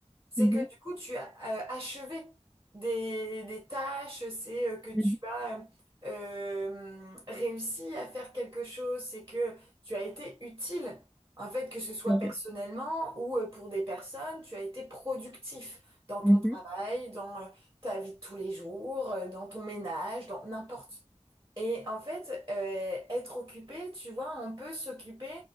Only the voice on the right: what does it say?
C'est
que du coup, tu as euh, achevé des, des tâches, c'est euh, que tu
as euh, euh, réussi à faire quelque chose, c'est que tu as été utile, en fait, que ce soit
personnellement
ou euh, pour des personnes, tu as été productif dans ton
travail, dans euh, ta vie de tous les jours, euh, dans ton ménage, dans n'importe. Et en fait, euh, être occupé, tu vois, on peut s'occuper